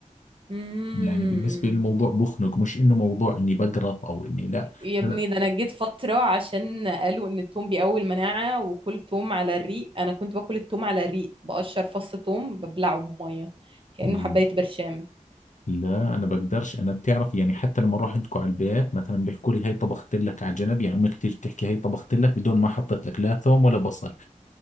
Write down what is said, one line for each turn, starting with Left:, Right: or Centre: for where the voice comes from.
Right: امم
Left: يعني بالنسبة للموضوع بخنق مش انه موضوع اني بقرف او اني لا
Right: يا ابني
Left: لا لا
Right: ده انا جيت فترة عشان قالوا ان التوم بيقوي المناعة وكل توم على الريق انا كنت باكل التوم على الريق بقشر فص توم ببلعه بمية كأنه
Left: مم.
Right: حباية برشام
Left: لا انا بقدرش انا بتعرف يعني حتى لما اروح عندكم على البيت مثلا بيحكوا لي هاي طبخت لك على جنب يعني امك تيجي تحكي هاي طبخت لك بدون ما حطيت لك لا ثوم ولا بصل